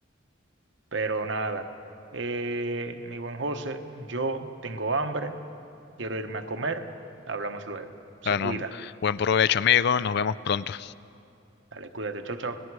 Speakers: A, on the right; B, on the left.
A: Pero nada, Eh, mi buen José, yo tengo hambre. Quiero irme a comer, hablamos luego. Se
B: Bueno,
A: cuida.
B: buen provecho, amigo. Nos vemos pronto.
A: Dale, cuídate, chau, chau.